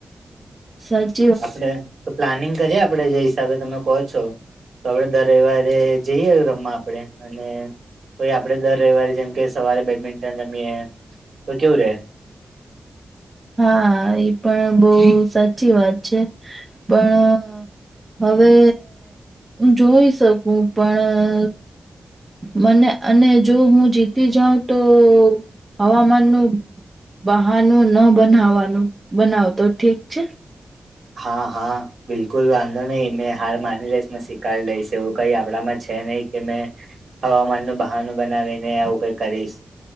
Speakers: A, on the right (about 20°); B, on the right (about 60°).
A: સચ,
B: આપડે તો પ્લાનિંગ કરીએ આપડે જય હિસાબે તમે કહો છો હવે તો દર રવિવારે જઈએ, રમવા આપણેે અને ભાઈ આપડે દર રવિવારે જેમ કે સવારે બેડમિન્ટન રમીએ તો કેવું રે,
A: હા એ પણ બહુ સાચી વાત છે, પણ હવે, જોઈ શકું પણ, મને અને જો હું જીતી જાઉં તો હવામાનનું. બહાનું ન બનાવવાનું બનાવતો ઠીક છે.
B: હા, હા, બિલકુલ વાંધો નહી. મેં હાર માની લઈશ. સ્વીકારી લઈશ એવું કઈ આપણામાં છે. નહી કે મેં હવામાનનું બહાનું બનાવીને આવું કઈ કરીશ.